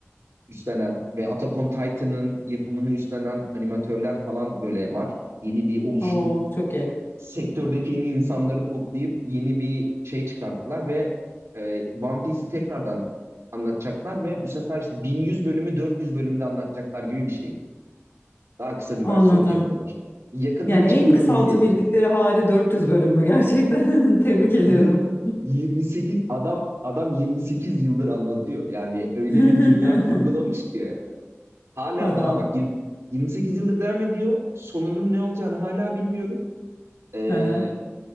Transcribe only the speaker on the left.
Oo, çok iyi.
Anladım.
Yani
en
kısaltabildikleri
hali 400 bölüm mü gerçekten? <laughs> Tebrik ediyorum.
<laughs>
Tamam.
Aha,